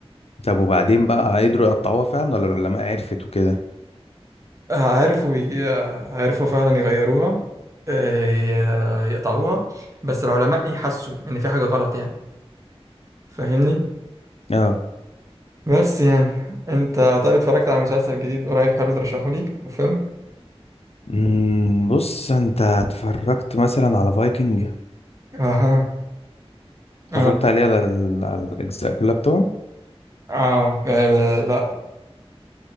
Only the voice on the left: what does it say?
طب وبعدين بقى قدروا يقطعوها فعلا ولا العلماء عرفت وكده
اه
أمم، بص انت اتفرجت مثلا على فايكنج
اتفرجت
عليه على, ال- على الاجزاء كلها بتوعه